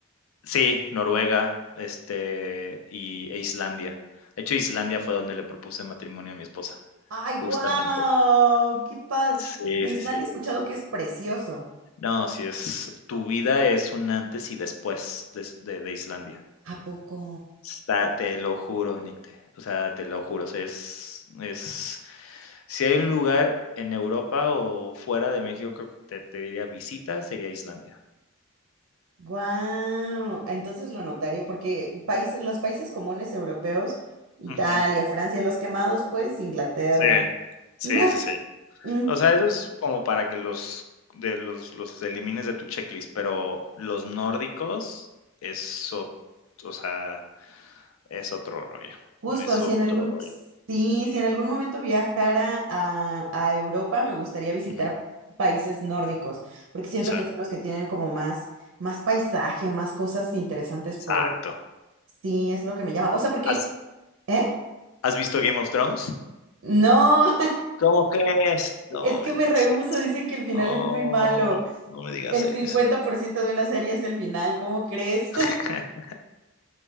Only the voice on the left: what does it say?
Sí, Noruega, este, y, e Islandia. De hecho, Islandia fue donde le propuse matrimonio a mi esposa,
justamente.
Sí,
sí,
sí.
No, sí es, tu vida es un antes y después des- de, de Islandia.
Está, te lo juro, Nicte. O sea, te lo juro. o sea, es, es, si hay un lugar en Europa o fuera de México que te, te diría visita, sería Islandia.
Ujú,
Sí, sí,
sí, sí.
O sea, eso es como para que los de los los elimines de tu checklist, pero los nórdicos es ot o sea, es otro rollo,
es
otro
rollo.
Ujú,
sí,
exacto.
¿Has
has visto Game of Thrones?
¿Cómo crees?
No
me
digas
eso.
No,
no me digas
eso.
<laughs>